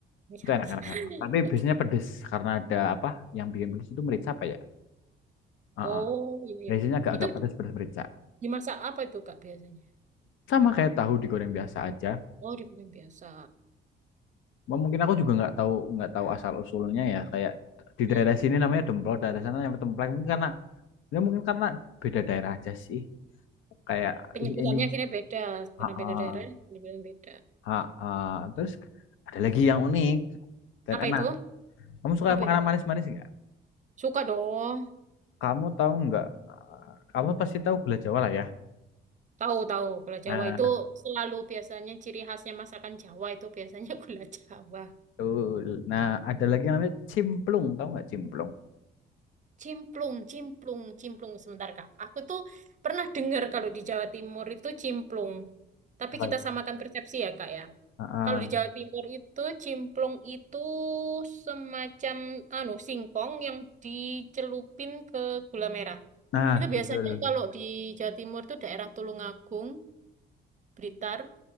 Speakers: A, on the right; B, on the left.
A: Ya, ya.
B: Itu enak enak enak. Tapi
A: Oke.
B: biasanya pedes karena ada apa? Yang bikin pedes itu merica apa ya? Heeh.
A: Oh, iya, iya.
B: Biasanya agak-agak
A: Itu
B: pedes pedes merica.
A: dimasak apa itu, Kak, biasanya?
B: Sama kayak tahu digoreng biasa aja.
A: Oh, digoreng biasa.
B: Wah, Mungkin aku juga nggak tahu nggak tahu asal usulnya ya. Kayak di
A: Hmm?
B: daerah sini namanya demplo, daerah sana namanya templek. Mungkin karena ya mungkin karena beda daerah aja sih. Kayak
A: Penyebutannya
B: ini,
A: akhirnya beda. Karena
B: Heeh.
A: beda daerah, penyebutan beda.
B: Ha, ah, terus ada lagi yang unik dan
A: Apa
B: enak.
A: itu?
B: Kamu suka
A: Apa
B: makanan
A: itu?
B: manis-manis nggak?
A: Suka dong.
B: Kamu tahu nggak? ah, Kamu pasti tahu gula Jawa lah ya.
A: Tahu tahu gula
B: Nah,
A: Jawa itu selalu biasanya ciri khasnya masakan Jawa itu biasanya <laughs> gula Jawa.
B: betul. Nah, ada lagi yang namanya cimplung. Tahu nggak cimplung?
A: Cimplung, cimplung, cimplung sebentar Kak. Aku tuh pernah dengar kalau di Jawa Timur itu cimplung. Tapi
B: Apa
A: kita
B: itu?
A: samakan persepsi ya Kak ya.
B: Ah, ah.
A: Kalau di Jawa Timur itu cimplung itu semacam anu singkong yang dicelupin ke gula merah.
B: Nah,
A: Itu
B: betul.
A: biasanya kalau di Jawa Timur itu daerah Tulungagung, Blitar